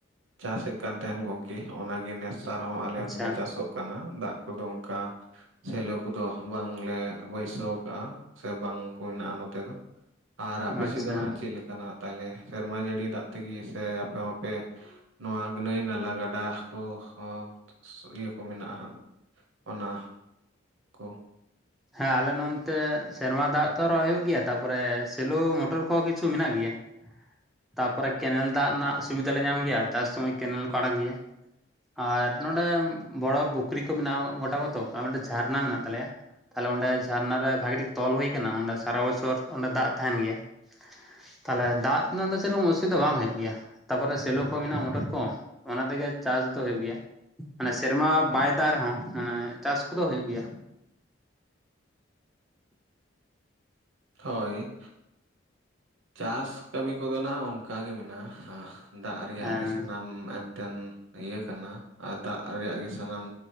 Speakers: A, on the right (about 80°); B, in the centre.
A: ᱪᱟᱥ ᱮᱫ ᱠᱟᱱ ᱛᱟᱦᱮᱱ ᱜᱚᱝᱠᱮ᱾ ᱚᱱᱟᱜᱮ ᱱᱮᱥ ᱟᱨᱦᱚᱸ ᱟᱞᱮ
B: ᱟᱪᱪᱷᱟ
A: ᱛᱚᱞᱮ ᱪᱟᱥᱚᱜ᱾ ᱠᱟᱱᱟ ᱫᱟᱜ ᱠᱚᱫᱚ ᱚᱱᱠᱟ᱾ ᱥᱮᱞᱟᱹᱣ ᱠᱚᱫᱚ ᱵᱟᱝᱞᱮ ᱵᱟᱹᱭᱥᱟᱹᱣ ᱠᱟᱜᱼᱟ ᱥᱮ ᱵᱟᱝ ᱠᱚ ᱦᱮᱱᱟᱜ-ᱟ ᱱᱚᱛᱮ ᱫᱚ᱾ ᱟᱨ ᱟᱯᱮ
B: ᱟᱪᱪᱷᱟ
A: ᱥᱮᱫ ᱫᱚ ᱦᱟᱸᱜ ᱪᱮᱫ ᱞᱮᱠᱟᱱᱟ ᱛᱟᱦᱞᱮ ᱥᱮᱨᱢᱟ ᱡᱟᱹᱲᱤ ᱫᱟᱜ ᱛᱮᱜᱮ ᱥᱮ ᱟᱯᱮ ᱦᱚᱸᱯᱮ ᱱᱚᱶᱟ ᱱᱟᱹᱭ ᱱᱟᱞᱟ ᱜᱟᱰᱟ ᱠᱚ ᱦᱚᱸ ᱤᱭᱟᱹ ᱠᱚ ᱢᱮᱱᱟᱜᱼᱟ ᱚᱱᱟ ᱠᱚ
B: ᱦᱮᱸ ᱟᱞᱮ ᱱᱚᱱᱛᱮ ᱥᱮᱨᱢᱟ ᱫᱟᱜ ᱛᱚ ᱨᱚᱦᱚᱭ ᱦᱩᱭᱩᱜ ᱜᱮᱭᱟ, ᱛᱟᱯᱚᱨᱮ ᱥᱮᱞᱩ ᱢᱚᱴᱚᱨ ᱠᱚᱦᱚᱸ ᱠᱤᱪᱷᱩ ᱢᱮᱱᱟᱜ ᱜᱮᱭᱟ ᱾ ᱛᱟᱯᱚᱨᱮ ᱠᱮᱱᱮᱞ ᱫᱟᱜ ᱨᱮᱱᱟᱜ ᱥᱩᱵᱤᱫᱷᱟ ᱞᱮ ᱧᱟᱢ ᱜᱮᱭᱟ ᱾ ᱪᱟᱥ ᱥᱚᱢᱚᱭ ᱠᱮᱱᱮᱞ ᱠᱚ ᱟᱲᱟᱜ ᱜᱮᱭᱟ᱾ ᱟᱨ ᱱᱚᱸᱰᱮ ᱵᱚᱲᱚ ᱯᱩᱠᱷᱨᱤ ᱠᱚ ᱢᱮᱱᱟᱜᱼᱟ ᱜᱚᱴᱟ ᱠᱚ ᱛᱚ, ᱚᱠᱟ ᱢᱤᱫᱴᱤᱜ ᱡᱷᱟᱨᱱᱟ ᱢᱮᱱᱟᱜ ᱛᱟᱞᱮᱭᱟ᱾ ᱛᱟᱦᱞᱮ ᱚᱸᱰᱮ ᱡᱷᱟᱨᱱᱟ ᱨᱮ ᱵᱷᱟᱹᱜᱤ ᱴᱷᱤᱠ ᱛᱚᱞ ᱦᱩᱭ ᱟᱠᱟᱱᱟ, ᱚᱸᱰᱮ ᱥᱟᱨᱟ ᱵᱚᱪᱷᱚᱨ ᱚᱸᱰᱮ ᱫᱟᱜ ᱛᱟᱦᱮᱱ ᱜᱮᱭᱟ᱾ ᱛᱟᱦᱞᱮ ᱫᱟᱜ ᱨᱮᱱᱟᱜ ᱫᱚ ᱥᱮᱨᱚᱠᱚᱢ ᱚᱥᱩᱵᱤᱫᱷᱟ ᱵᱟᱝ ᱦᱩᱭᱩᱜ ᱜᱮᱭᱟ᱾ ᱛᱟᱯᱚᱨᱮ ᱥᱮᱞᱚ ᱠᱚ ᱢᱮᱱᱟᱜᱼᱟ ᱢᱚᱴᱚᱨ ᱠᱚ ᱚᱱᱟ ᱛᱮᱜᱮ ᱪᱟᱥ ᱫᱚ ᱦᱩᱭᱩᱜ ᱜᱮᱭᱟ᱾ ᱢᱟᱱᱮ ᱥᱮᱨᱢᱟ ᱵᱟᱭ ᱫᱟᱜ ᱨᱮᱦᱚᱸ ᱢᱟᱱᱮ ᱪᱟᱥ ᱠᱚᱫᱚ ᱦᱩᱭᱩᱜ ᱜᱮᱭᱟ᱾
A: ᱦᱳᱭ᱾ ᱪᱟᱥ ᱠᱟᱹᱢᱤ ᱠᱚ ᱫᱚ ᱱᱷᱟᱜ ᱚᱱᱠᱟᱜ ᱜᱮ ᱢᱮᱱᱟᱜᱼᱟ ᱦᱟᱦ ᱫᱟᱜ ᱨᱮᱭᱟᱜ
B: ᱦᱮᱸ
A: ᱜᱮ ᱥᱟᱱᱟᱢ ᱴᱮᱱ ᱤᱭᱟᱹ ᱠᱟᱱᱟ ᱟᱨ ᱫᱟᱜ ᱨᱮᱭᱟᱜ ᱜᱮ ᱥᱟᱱᱟᱢ